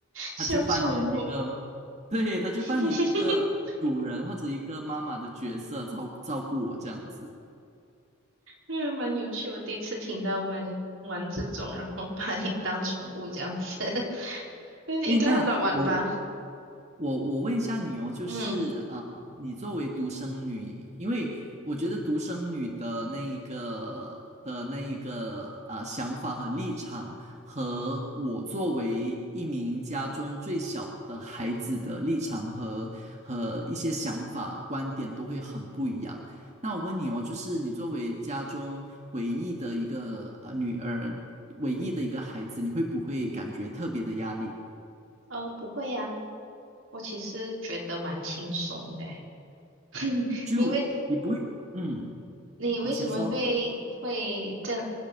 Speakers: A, on the right; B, on the right.
A: 小宠物。
B: 她就扮演一个，<laughs> 对，她就扮演一个主人或者一个妈妈的角色，
A: <laughs>
B: 照照顾我这样子。
A: 嗯，蛮有趣。我第一次听到玩玩这种，然后把你当宠物这样子，<laughs> 但是应该很好玩吧？
B: 诶，那我我我问一下你哦，就是啊、
A: 嗯，
B: 呃你作为独生女，因为我觉得独生女的那一个的那一个啊、呃想法和立场，和我作为一名家中最小的孩子的立场和和一些想法观点都会很不一样。那我问你哦，就是你作为家中唯一的一个呃女儿，唯一的一个孩子，你会不会感觉特别的压力？
A: 呃，不会呀、我其实觉得蛮轻松的欸。<laughs>
B: 就你不会，
A: 你为
B: 嗯。
A: 你为什么会会这样
B: 你先说，